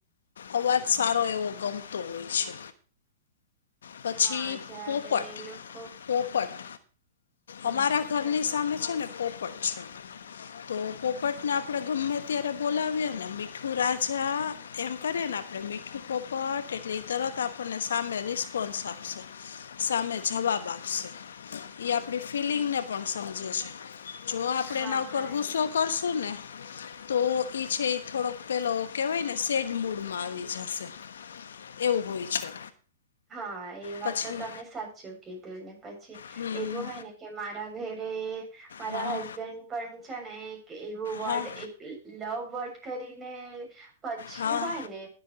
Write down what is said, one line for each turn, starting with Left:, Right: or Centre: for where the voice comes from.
Left: અવાજ સારો એવો ગમતો હોય છે પછી
Right: હા જયારે
Left: પોપટ
Right: એ લોકો
Left: પોપટ
Right: હમ
Left: અમારા ઘરની સામે છે ને પોપટ છે તો પોપટને આપડે ગમે ત્યારે બોલાવીએ ને મીઠું રાજા એમ કરીએ ને આપણે મીઠું પોપટ એટલે તરત આપણને સામે રિસ્પોન્સ આપશે સામે જવાબ આપશે એ આપણી ફિલિંગને પણ સમજે છે જો આપડે
Right: હા
Left: એના ઉપર
Right: હા
Left: ગુસ્સો
Right: એ
Left: કરશું ને તો છે થોડોક પેલો કેવાય ને સેડ મૂડમાં આવી જશે. એવું હોય છે
Right: હા એ વાત
Left: પછી
Right: તો તમે સાચું. કીધું ને પછી
Left: હમ
Right: એવું હોય ને કે મારા ઘરે મારા
Left: હા
Right: હસબન્ડ. પણ છે ને એક એવું વર્ડ
Left: હા હા
Right: એક લવ વર્ડ કરીને. પછી
Left: હા
Right: હોય ને